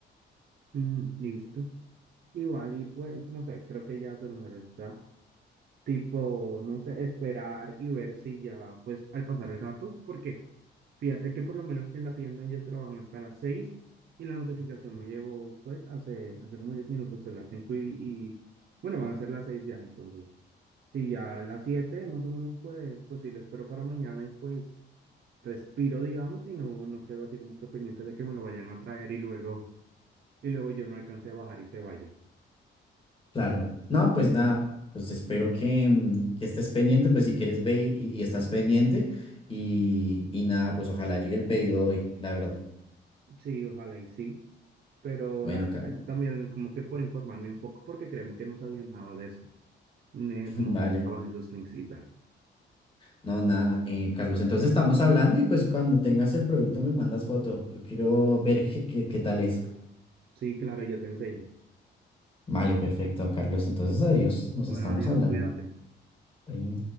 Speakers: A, on the right (about 55°); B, on the left (about 25°).
A: Mm, listo. Igual, y pues, no sé, creo que ya se me está tipo, no sé, esperar y ver si ya, pues, al pasar el rato, porque fíjate que por lo menos en la tienda ellos trabajan hasta las 6 y la notificación me llegó, pues, hace, hace como 10 minutos, son las 5 y, y, bueno, van a ser las 6 ya, entonces. Sí, ya a las 7 más o menos puede pues sí, lo espero para mañana y pues respiro, digamos, y no, no quedo así como que pendiente de que me lo vayan a traer y luego, y luego yo no alcance a bajar y se vayan.
B: Claro. No, pues nada, pues espero que, mm, que estés pendiente, pues si quieres ve y, y estás pendiente y, y nada, pues ojalá llegue el pedido hoy, la verdad.
A: Sí, ojalá y sí, pero
B: Bueno,
A: nada,
B: Carlos,
A: gracias también como que por informarme un poco porque créeme que no sabía nada de eso, ni
B: <laughs>
A: de cómo
B: vale.
A: funcionaban esos links y tal.
B: No, nada, eh, Carlos. Entonces estamos hablando y pues cuando tengas el producto me mandas foto. Yo quiero ver qué, qué qué tal es.
A: Sí, claro, yo te enseño.
B: Vale, perfecto, Carlos. Entonces adiós, nos
A: Bueno,
B: estamos
A: adiós,
B: hablando.
A: cuídate.
B: Ahí